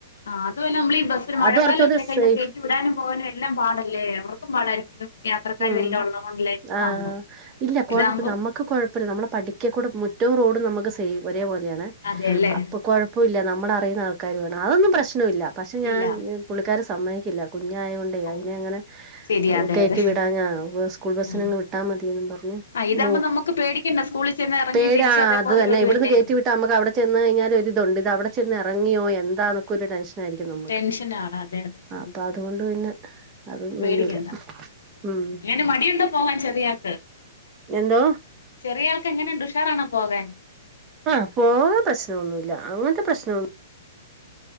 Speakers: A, on the left; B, on the right.
A: ആ അതുമല്ല നമ്മൾ ഈ ബസ്സിന് മഴക്കാലം
B: അത് കുറച്ചോടെ
A: ഒക്കെ ആയിക്കഴിഞ്ഞാൽ
B: സേഫ്.
A: കയറ്റി വിടാനും പോകാനും എല്ലാം പാടല്ലേ അവർക്കും പാടായിരിക്കും. യാത്രക്കാരും
B: ഉം
A: എല്ലാം ഉള്ളത് കൊണ്ടല്ലേ
B: ആഹ്
A: സംഭവം
B: ഇല്ല കൊഴപ്പില്ല
A: ഇതാകുമ്പോ
B: നമ്മക്ക് കൊഴപ്പില്ല നമ്മള പഠി പഠിക്കക്കൂട മുറ്റവും റോഡും നമുക്ക് സെയിം ഒരേ പോലെയാണ്
A: അതെയല്ലേ
B: അപ്പോ കൊഴ പ്പോല്ല നമ്മള അറിയുന്ന ആൾക്കാര് വേണം അതൊന്നും പ്രശ്നോല്ല പക്ഷേ ഞാൻ.
A: ഇല്ല
B: പുള്ളിക്കാരൻ സമ്മതിക്കില്ല കുഞ്ഞായോണ്ടെ
A: ഓ
B: അതിനെ അങ്ങനെ
A: ശരി അതെ
B: കേ
A: അതെ
B: കേറ്റിവിടാഞ്ഞാ സ്കൂൾ ബസിനങ്ങ്
A: ഉം
B: വിട്ടാ മതിയന്ന് പറഞ്ഞ്
A: ആ ഇതാകുമ്പോ
B: മൂത്ത്.
A: നമുക്ക് പേടിക്കണ്ട സ്കൂളിൽ ചെന്ന് ഇറങ്ങി
B: പേര
A: തിരിച്ച് അതേപോലെ
B: അത് തന്നെ
A: വരുവല്ലേ
B: ഇവിടന്ന് കേറ്റിവി ട്ട നമുക്ക് അവിടെ ചെന്ന് കഴിഞ്ഞാൽ ഒരിതുണ്ട് ഇത് അവിടെ ചെന്ന് എറങ്ങിയോ എന്താന്ന്. ഒരു ടെൻഷൻ ആയിരിക്കും നമ്മുക്ക്
A: ടെൻഷനാണ് അതെ അതെ ശരിയാ
B: അപ്പൊ അതുകൊണ്ട് പിന്നെ
A: ഇതാവുമ്പോ
B: അതിന് നിന്നില്ല.
A: പേടിക്കണ്ട
B: ഉം
A: എങ്ങനെ മടിയുണ്ടൊ പോവാൻ ചെറിയാക്ക്?
B: എന്തോ?
A: ചെറിയ ആൾക്ക് എങ്ങനെണ്ട് ഉഷാറാണോ പോകാൻ?
B: ആഹ് പോകാൻ പ്രശ്നൊന്നുല്ല അങ്ങനത്തെ പ്രശ്നൊന്നും.